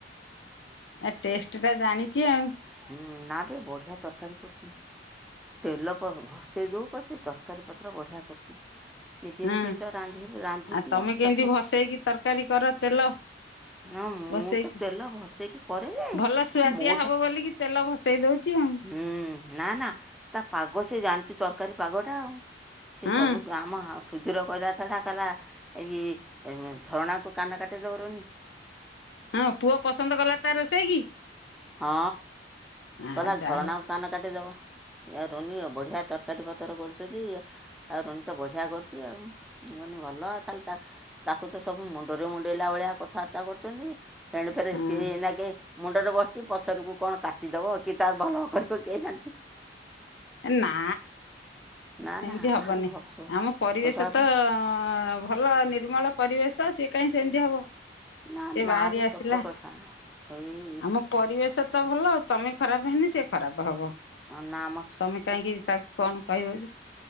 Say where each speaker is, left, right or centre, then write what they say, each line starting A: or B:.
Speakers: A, on the left (about 75°); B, in the centre.
A: ଆ ଟେଷ୍ଟ ଟା ଜାଣିଚି ଆଉ।
B: ହୁଁ, ନାବେ ବଢ଼ିଆ ତରକାରୀ କରୁଛି। ତେଲ କହ ଭସେଇ ଦଉ ପଛେ ତରକାରୀ ପତ୍ର ବଢ଼ିଆ କରୁଛି। ନିଜେ
A: ହୁଁ,
B: ନିଜେ ତ ରାନ୍ଧି ରାନ୍ଧୁଛି
A: ଆ, ତୋମେ
B: ଆଉ ତାକୁ
A: କେମିତି ଭସେଇକି ତରକାରୀ କର ତେଲ।
B: ନା ମୁଁ
A: ଭସେଇକି
B: ତ ତେଲ ଭସେଇକି କରେ ଯେ
A: ଭଲ ସୁଆଦିଆ
B: ମୋ
A: ହବ ବୋଲିକି ତେଲ ଭସେଇ ଦଉଛି ଆଉ।
B: ଉଁ ନା ନା ତା ପାଗ ସେ ଜାଣିଛି ତରକାରୀ ପାଗଟା ଆଉ। ସେ
A: ହଁ
B: ସବୁ ଆମ ସୁଧିର ପଇରା ଛଡ଼ା କଲା ଏଇ ଝରଣାକୁ କାନ କାଟି ଦୋରୁନି।
A: ହଁ ପୁଅ ପସନ୍ଦ କଲା ତା ରୋଷେଇ କି।
B: ହଁ
A: ଆ
B: କହିଲା
A: ଯା
B: ଝରଣାକୁ
A: ହଉ
B: କାନ କାଟିଦବ। ଆ ରୋନି ବଢ଼ିଆ ତରକାରୀ ପତ୍ର କରୁଛନ୍ତି। ଆଉ ରୋନି ତ ବଢ଼ିଆ କରୁଛି ଆଉ ମୁଁ କହିନି ଭଲ ଖାଲି ତା ତାକୁ ତ ସବୁ ମୁଣ୍ଡରେ ମୁଣ୍ଡେଇଲା ଭଳିଆ କଥାବାର୍ତ୍ତା କରୁଛନ୍ତି। ଏଣେ ଫେରେ
A: ହଁ
B: ସିଏ ଏଇନାକେ ମୁଣ୍ଡରେ ବସିଛି ପଛରକୁ କଣ କାଚିଦେବ କି ତାର ଭଲ କରିବ କେଯା
A: ନା।
B: ନା
A: ସେମିତି
B: ନା
A: ହବନି
B: ଭାରି ହସ
A: ଆମ ପରିବେଶ
B: ସଦା
A: ତ ଭଲ ନି ନିର୍ମଳ ପରିବେଶ ସିଏ କାଇଁ ସେମିତି ହବ।
B: ନା
A: ସେ
B: ନା
A: ବାହାରି
B: ବି
A: ଆସିଲା
B: ସତ କଥା ଏଇ
A: ଆମ ପରିବେଶ ତ ଭଲ। ତମେ ଖରାପ ହେନେ ସେ ଖରାପ ହବ,
B: ନା ଆମ
A: ତମେ କାହିଁକି ତାକୁ କଣ କହିବ କି?